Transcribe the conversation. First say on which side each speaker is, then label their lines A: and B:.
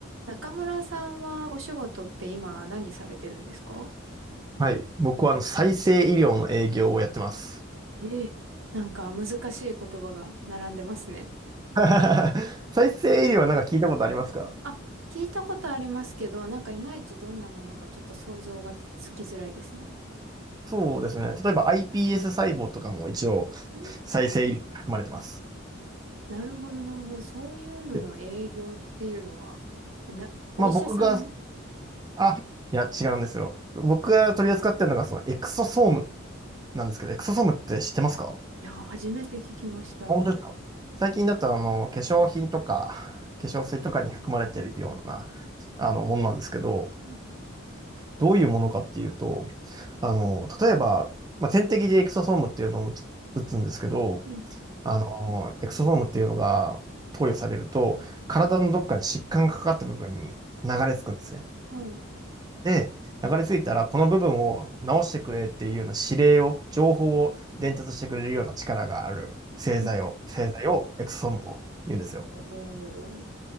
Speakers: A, on the right (about 70°); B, on the right (about 20°).
A: 中村さんはお仕事って今何されてるんですか
B: はい。僕はあの再生医療の営業をやってます。
A: ええ、なんか難しい言葉が並んでますね。
B: <laughs> 再生医療はなんか聞いたことありますか
A: あ、聞いたことありますけど、なんかいまいちどんなものかちょっと想像がつきづらいですね。
B: そうですね。例えば iPS 細胞とかも一応
A: うん、
B: 再生医療に含まれてます。
A: なるほど、なるほど。そういうのの営業っていうのは、
B: で
A: えな、お医者さんにい
B: まあ僕が、あ、いや違うんですよ。僕が取り扱ってるのがそのエクソソームなんですけど、エクソソームって知ってますか
A: やー、初めて聞きました。
B: 本当ですか最近だとあの化粧品とか化粧水とかに含まれてるようなあのものなんですけど、
A: うん、
B: どういうものかっていうと、あの、例えば、まあ、点滴でエクソソームっていうのを打つ打つんですけど、
A: うん、
B: あの、エクソソームっていうのが投与されると、体のどっかに疾患がかかった部分に流れ着くんですね。
A: はい。
B: で、流れ着いたら、この部分を直してくれっていうような指令を、情報を伝達してくれるような力がある製剤を、
A: うん。
B: 製剤をエクソソームと言うんですよ。
A: おー。